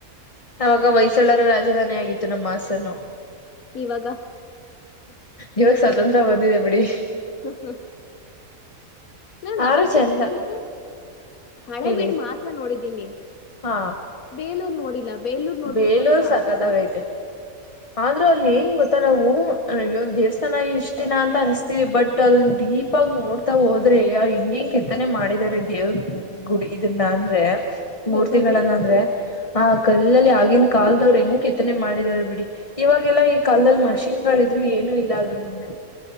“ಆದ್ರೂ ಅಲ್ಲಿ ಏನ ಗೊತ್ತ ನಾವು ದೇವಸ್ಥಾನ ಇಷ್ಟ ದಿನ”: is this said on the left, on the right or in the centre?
Left